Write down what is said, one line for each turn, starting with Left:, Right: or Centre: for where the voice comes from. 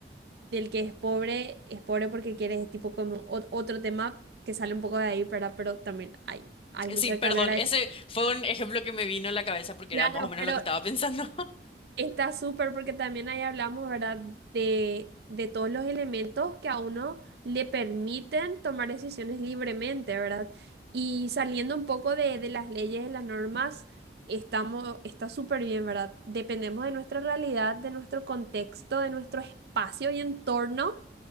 Right: del que es pobre, es pobre porque quiere, es tipo como ot- otro tema que sale un poco de ahí, ¿verdad? Pero también hay, hay
Left: Eh,
Right: mucho
Left: Sí, perdón,
Right: que hablar ahí.
Left: ese fue un ejemplo que me vino a la cabeza porque
Right: Claro,
Left: era más o menos
Right: pero
Left: lo que estaba pensando. <laughs>
Right: Está súper porque también ahí hablamos, ¿verdad? De, de todos los elementos que a uno le permiten tomar decisiones libremente, ¿verdad? Y saliendo un poco de, de las leyes, de las normas, estamos, está súper bien, ¿verdad? Dependemos de nuestra realidad, de nuestro contexto, de nuestro espacio y entorno